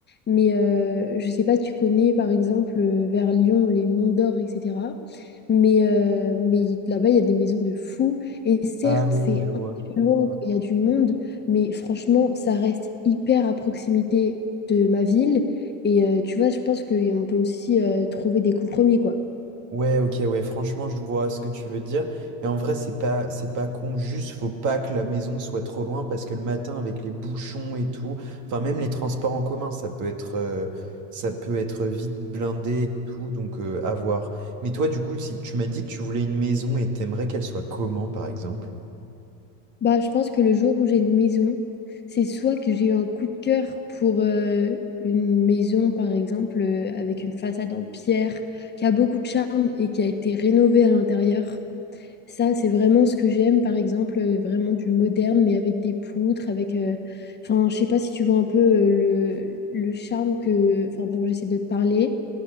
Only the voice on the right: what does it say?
Ah oui,
je vois.
Ouais, ok, ouais, franchement, je vois ce que tu veux dire. Et en vrai, c'est pas, c'est pas con, juste faut pas que la maison soit trop loin parce que le matin, avec les bouchons et tout, enfin, même les transports en commun, ça peut être, euh, ça peut être vite blindé et tout, donc euh, à voir. Mais toi, du coup, si tu m'as dit que tu voulais une maison et t'aimerais qu'elle soit comment, par exemple?